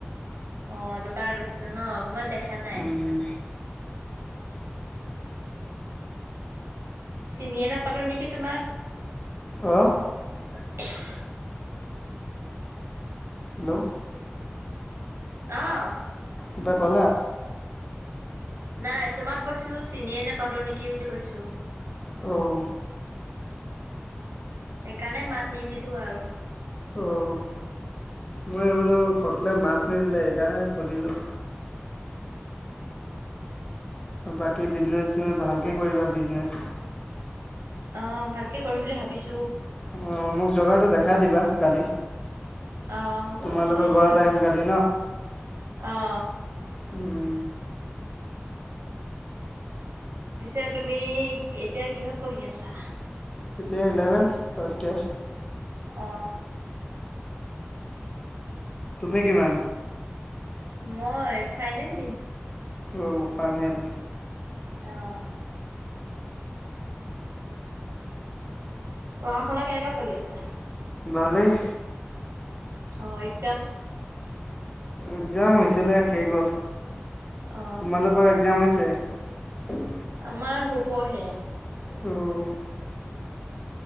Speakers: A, on the right; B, on the left.
A: অঁ দোকানত আছিলো ন' মই দেখ খা নাই।
B: উম
A: <inaudible> চিনিয়ে নাপালো নেকি তোমাক।
B: হু
A: <inaudible>
B: হেল্ল'
A: অহ'
B: কিবা কলা
A: নাই তোমাক কৈছো চিনিয়ে নোপালো নেকি বুলি কৈছো।
B: অ',
A: সেইকাৰণে মাত নিদিলো আৰু।
B: অ', মই এই বোলো কটলে মাত নিদিলে সেইকাৰণে সুধিলো। বাকী বিজনেচ চিজনেচ ভালকে কৰিবা বিজনেচ।
A: অ ভালকে কৰিম বুলি ভাবিছোঁ।
B: অ মোক জগাৰ টো দেখা দেখাই দিবা কালি।
A: অ হ'ব
B: তোমালোকৰ
A: দেখাই
B: ঘৰত
A: দিম আৰু।
B: আহিম কালি
A: অ'
B: উম।
A: পিছে তুমি এতিয়া কিহত পঢ়ি আছা?
B: তেতিয়া ইলেভেন্ ফাৰ্ষ্ট ইয়াৰ।
A: অ',
B: তুমি কিমান?
A: মই ফাইনেল দিম।
B: অ ফাইনেল।
A: অহ পঢ়া শুনা কেনেকা চলি আছে
B: ভালেই
A: অ এক
B: একজাম হৈছিলে শেষ গ'ল
A: অ
B: তোমালোকৰ একজাম হৈছে উ <inaudible>
A: আমাৰ হ'বহে।
B: অঁ